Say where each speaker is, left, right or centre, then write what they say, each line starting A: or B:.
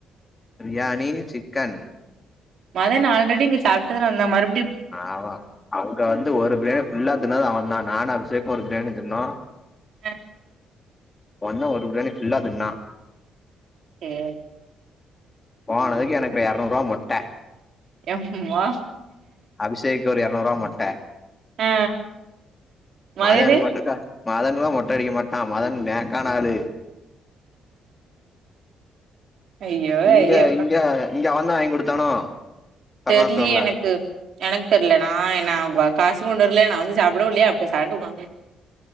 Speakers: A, on the left; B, on the right.
A: பிரியாணி சிக்கன்
B: மதன் ஆல்ரெடி இங்க சாப்ட்டு தான வந்தா மறு
A: ஆமா அங்க வந்து ஒரு பிரியாணி ஃபுல்லா தின்னது அவன்தா நானு அபிஷேக்கு ஒரு பிரியாணி தின்னோ
B: ஆ
A: ஒண்ணா ஒரு பிரியாணி ஃபுல்லா தின்னா
B: சேர்
A: போனதுக்கு எனக்கு எறநூறுவா மொட்ட
B: எம்மா
A: அபிசேக்கு ஒரு எரநூறுவா மொட்ட
B: ஆ மதுரு
A: மதனுக்கு மட்டு கா மதன்லா மொட்ட அடிக்க மாட்டா மதன் நேக்கான ஆளு
B: ஐயோ
A: இங்க
B: ஐயோ
A: இங்க இங்க அவன்தா வாங்கி குடுத்தானோ கருணா
B: தெர்லயே
A: ஸ்டோர்ல
B: எனக்கு எனக்கு தெர்ல நா என்னா காசு கொண்டுவர்லயா நா வந்து சாப்டவு இல்லயா பேசாட்டுக்கு உக்காந்து